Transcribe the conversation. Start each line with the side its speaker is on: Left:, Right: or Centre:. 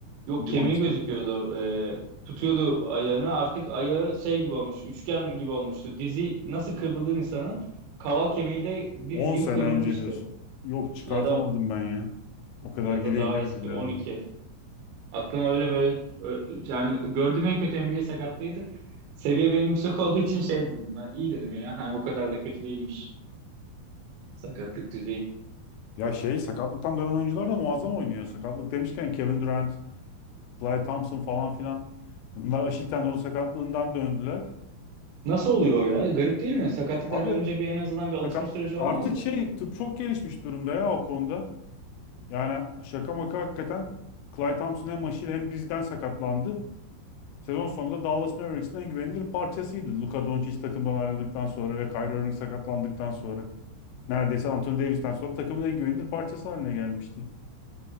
Right: Yok
Left: bir
Right: kemiği
Left: maçta.
Right: gözüküyordu. Ee, tutuyordu ayağını. Artık ayağı şey gibi olmuş. Üçgen gibi olmuştu. Dizi nasıl kıvrılır insanın? Kaval kemiği de diz
Left: 10
Right: gibi
Left: sene
Right: kıvrılmıştı.
Left: önce diyorsun. Yok çıkartamadım
Right: Ya da
Left: ben ya. O kadar
Right: ya
Left: geriye
Right: da daha
Left: gidemedim
Right: eski
Left: bir
Right: 12.
Left: anda.
Right: Aklıma öyle böyle ö- yani gördüğüm en kötü NBA sakatlığıydı. Seviye benim yüksek olduğu için şey dedim. Ben, iyi dedim ya. Hani o kadar da kötü değilmiş sakatlık düzeyi.
Left: Ya şey sakatlıktan dönen oyuncular da muazzam oynuyor. Sakatlık demişken Kevin Durant, Klay Thompson falan filan. Bunlar Aşil tendonu sakatlığından döndüler.
Right: Nasıl oluyor o ya? Garip değil mi? Sakatlıktan
Left: Abi
Right: dönünce bir en azından bir alışma
Left: sakat,
Right: süreci
Left: artık
Right: olmaz mı?
Left: şey tıp çok gelişmiş durumda ya o konuda. Yani şaka maka hakikaten Klay Thompson hem Aşil hem dizden sakatlandı. Sezon sonunda Dallas Mavericks'in en güvenilir parçasıydı. Luka Doncic takımdan ayrıldıktan sonra ve Kyrie Irving sakatlandıktan sonra. Neredeyse Anthony Davis'ten sonra takımın en güvenilir parçası haline gelmişti.